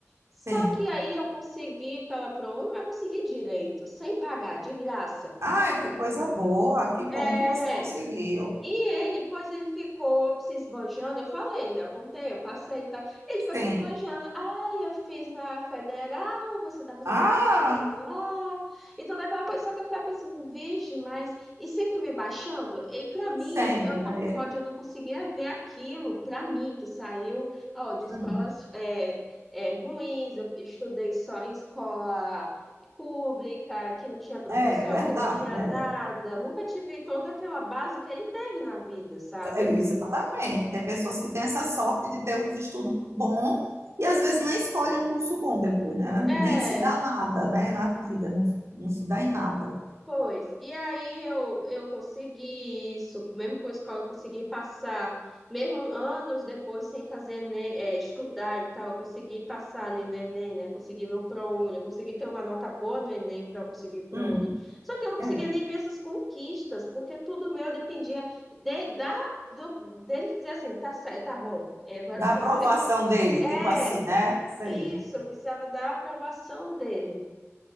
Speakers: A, in the centre; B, on the right (about 65°).
A: Só
B: sim.
A: que aí eu consegui pela ProUni, mas consegui direito, sem pagar, de graça.
B: Ah, que coisa boa, que bom
A: É,
B: que você conseguiu.
A: e ele, pois ele ficou se esbanjando, eu falei, né? Eu contei, eu passei e tal. Ele ficou
B: Sim.
A: se esbanjando. Ah, eu fiz na federal, você tá fazendo
B: Ah,
A: na particular. E toda aquela coisa, só que eu ficava pensando, vixe, mas... E sempre me baixando. E pra mim,
B: sempre,
A: eu, como
B: né?
A: pode,
B: Ele.
A: eu não conseguia ver aquilo, pra mim, que saiu, ó, de escolas
B: Hum.
A: é, é, ruins. Eu estudei só em escola pública, que não tinha professor,
B: É verdade,
A: que não tinha nada.
B: é.
A: Nunca tive toda aquela base que ele teve na vida, sabe?
B: É, Exatamente. Tem pessoas que têm essa sorte de ter uns estudos bons e às vezes nem escolhem um curso bom depois, né?
A: É,
B: Nem se dá nada, né? Na vida, não, não se dá em nada.
A: Pois, e aí eu, eu consegui isso, mesmo com a escola, eu consegui passar, mesmo anos depois, sem fazer Enem, é, estudar e tal, eu consegui passar ali no Enem, né? Consegui meu ProUni, eu consegui ter uma nota boa no Enem para eu conseguir o ProUni.
B: Hum.
A: Só que eu não conseguia
B: É.
A: nem ver essas conquistas, porque tudo meu dependia de, da, do, dele dizer assim, tá certo, tá bom, é, agora
B: Da
A: sim,
B: aprovação
A: você.
B: dele,
A: É,
B: tipo assim, né? Sei.
A: isso, eu precisava da aprovação dele.